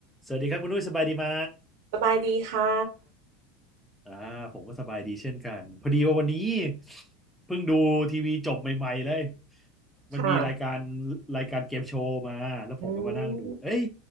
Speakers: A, in the centre; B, on the right.
A: สวัสดีครับคุณนุ้ยสบายดีไหม
B: สบายดีค่ะ
A: อ่าผมก็สบายดีเช่นกันพอดีว่าวันนี้เพิ่งดูทีวีจบใหม่ๆเลย
B: ค่ะ
A: มันมีรายการรายการเกมโชว์มาแล้วผมก็มานั่งดูเอ้ย
B: อืม